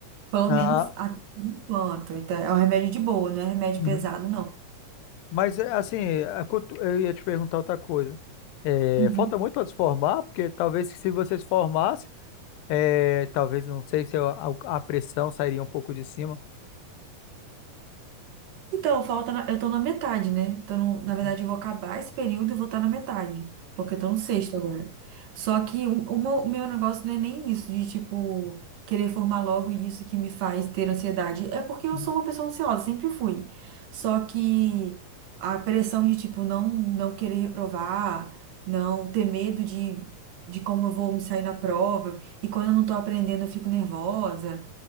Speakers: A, on the right (about 75°); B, on the left (about 90°).
A: Pelo
B: Ah,
A: menos até por enquanto. Então, é um remédio de boa, não é remédio
B: uhum.
A: pesado, não.
B: Mas é, assim, a cultu- eu ia te perguntar outra coisa. É,
A: Uhum.
B: falta muito para se formar, porque talvez se você se formasse, é, talvez não sei se a, a a pressão sairia um pouco de cima.
A: Então, falta na- eu tô na metade, né? Então, no- na verdade,
B: Uhum.
A: eu vou acabar esse período e vou estar na metade, porque eu tô no sexto agora. Só que o, o meu, o meu negócio não é nem isso de, tipo, querer formar logo isso que me faz ter ansiedade. É porque eu
B: Uhum.
A: sou uma pessoa ansiosa, sempre fui. Só que a pressão de, tipo, não, não querer reprovar, não ter medo de, de como eu vou me sair na prova, e quando eu não tô aprendendo, eu fico nervosa.